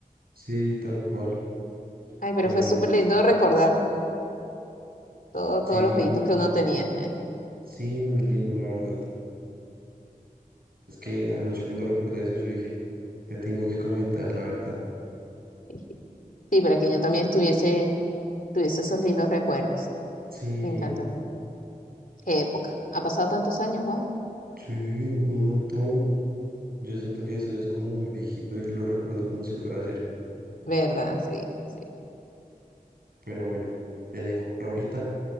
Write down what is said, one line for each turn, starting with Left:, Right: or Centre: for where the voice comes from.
Right: Sí, tal cual.
Left: Ay, pero
Right: Pero
Left: fue
Right: bueno,
Left: súper lindo recordar todo,
Right: sí,
Left: todos los jueguitos que uno tenía.
Right: sí, muy lindo, la verdad. Es que anoche cuando recordé eso, yo dije, te tengo que comentar, la verdad.
Left: <laughs> Sí, para que yo también estuviese, tuviese esos lindos recuerdos.
Right: Sí,
Left: Me encanta. Qué época. Ha pasado tantos años, wow.
Right: sí, un montón. Yo siento que eso ya es como muy viejito y lo recuerdo como si fuera ayer.
Left: ¿Verdad? Sí, sí.
Right: Pero bueno, te dejo por ahorita.